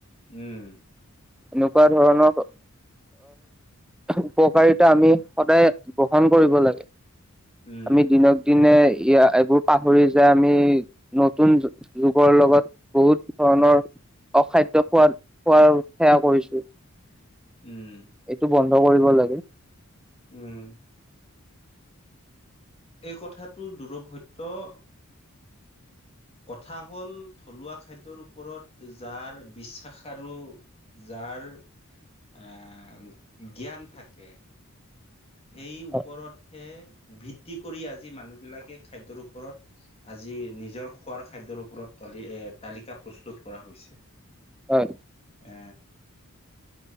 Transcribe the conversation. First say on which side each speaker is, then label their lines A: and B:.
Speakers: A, on the left; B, in the centre.
A: উম
B: এনেকোৱা ধৰণৰ উপকাৰিতা আমি সদায় গ্ৰহণ কৰিব লাগে
A: উম।
B: আমি দিনক দিনে। ই এইবোৰ পাহৰি যে আমি নতুন যুগৰ লগত বহুত ধৰণৰ খাদ্য খোৱাত খোৱাৰ সেৱা কৰিছো
A: উম
B: এইটো বন্ধ কৰিব লাগে।
A: উম এই কথাটো দূৰভ সত্য- কথা হ'ল থলুৱা খাদ্যৰ ওপৰত যাৰ বিশ্বাস আৰু যাৰ। তাৰ অহ জ্ঞান থাকে। সেই ওপৰতহে-
B: হয়
A: ভিত্তি কৰি আজি মানুহ বিলাকে খাদ্যৰ ওপৰত আজি নিজৰ খোৱাৰ খাদ্যৰ ওপৰত- তালি তালিকা প্ৰস্তুত কৰা হৈছে-
B: হয়।
A: এ